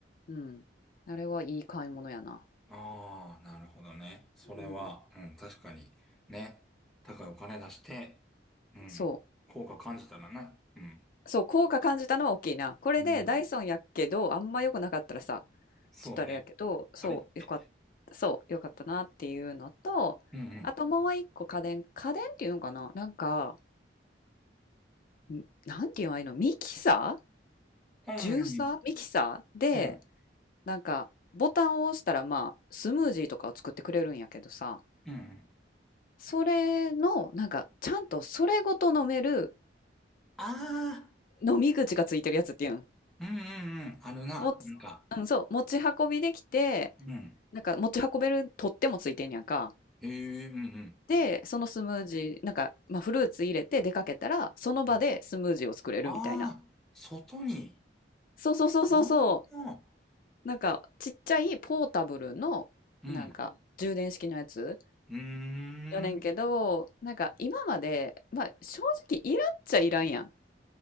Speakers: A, on the left (about 50°); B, in the centre.
A: うん。あれはいい買い物やな。
B: ああ、なるほどね。それは、
A: うん。
B: うん、確かに、ね。高いお金出して、うん、
A: そう。
B: 効果感じたらな。うん、
A: そう、効果感じたのは大きいな。これでダイソンやけど、
B: うん、
A: あんま良くなかったらさ、
B: そうね。
A: ちょっとあれやけど、そう、
B: あれって。
A: よかった、そう、よかったなっていうのと、
B: うん、うん、
A: あともう一個家電、家電っていうのかななんか、んなんていうのああいうの、ミキサー
B: うん、
A: ジューサーミキサーで、
B: うん、
A: なんか、ボタンを押したら、まあ、スムージーとかを作ってくれるんやけどさ、
B: うんうん。
A: それの、なんか、ちゃんとそれごと飲める
B: ああー
A: 飲み口がついてるやつっていうん。
B: うんうんうん。あるな、
A: おつうん、
B: なんか、
A: そう、持ち運びできて、
B: うん。
A: なんか持ち運べる取っ手もついてんやんか。
B: へえ、うんうん。
A: で、そのスムージー、なんか、まあ、フルーツ入れて出かけたら、その場でスムージーを作れるみたいな。
B: うん。ああ、外に。
A: そうそうそうそうそ
B: ああ、
A: う。なんか、ちっちゃいポータブルの、
B: うん。
A: なんか、充電式のやつ
B: うー
A: よね年けど、
B: ん。
A: なんか今まで、まあ正直いらんっちゃいらんやん。